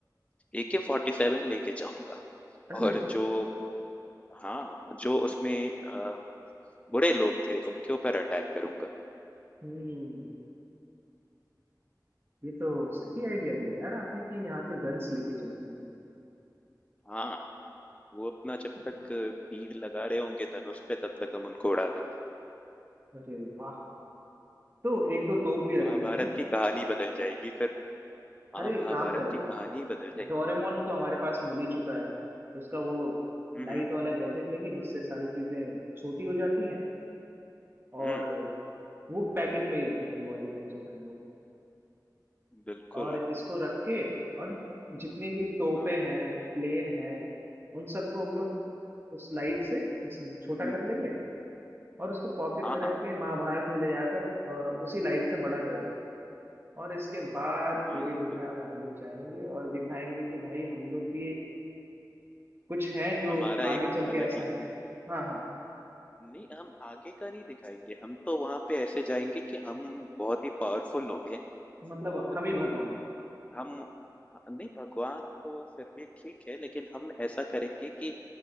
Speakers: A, on the left; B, on the right.
A: ए के फोर्टी सेवन लेके जाऊंगा
B: अरे
A: और जो हाँ जो उसमें अ, बुरे लोग थे उनके ऊपर अटैक करूंगा
B: हम्म ये तो सही आइडिया दिया यार आपने कि यहाँ से गन्स लेके चलेंगे हम लोग
A: हाँ वो अपना जब
B: ओह,
A: तक तीर लगा रहे होंगे धनुष पे तब तक हम उनको उड़ा देंगे
B: अरे वाह तो एक दो तोप भी
A: महाभारत
B: रख लेंगे ना
A: की कहानी बदल जाएगी फिर हाँ
B: अरे एक
A: महाभारत
B: काम करेंगे
A: की कहानी ही बदल जाएगी
B: डोरेमोन तो हमारे पास मिल ही चुका है उसका वो
A: हम्म
B: लाइट
A: हम्म
B: वाला गैजेट लेंगे जिससे सारी चीजें छोटी हो जाती हैं और
A: हम्म,
B: वो पैकेट में ही रख लेंगे वो वाला गैजेट हम लोग
A: बिल्कुल
B: और इसको रख के और जितनी भी तोपें
A: हाँ
B: हैं प्लेन हैं
A: हम्म
B: उन सबको हम लोग उस लाइट से इस छोटा
A: हम्म,
B: कर लेंगे और उसको पॉकेट
A: हाँ
B: में रख
A: हाँ
B: के महाभारत में ले जाकर अ, उसी लाइट से बड़ा कर देंगे और इसके बाद
A: हाँ
B: पूरी
A: ये
B: दुनिया
A: तो
B: में हम लोग जाएंगे और दिखाएंगे कि भाई हम लोग भी एक कुछ है जो
A: हमारा
B: आगे
A: एक
B: चल के
A: अलग
B: ऐसा
A: ही
B: है हाँ हाँ
A: नहीं हम आगे का नहीं दिखाएँगे, हम तो वहाँ पे ऐसे जाएँगे कि हम बहुत ही पावरफुल लोग हैं
B: मतलब
A: और
B: हम ही भगवान हैं
A: हम अ, हम नहीं भगवान तो फिर भी ठीक है लेकिन हम ऐसा करेंगे कि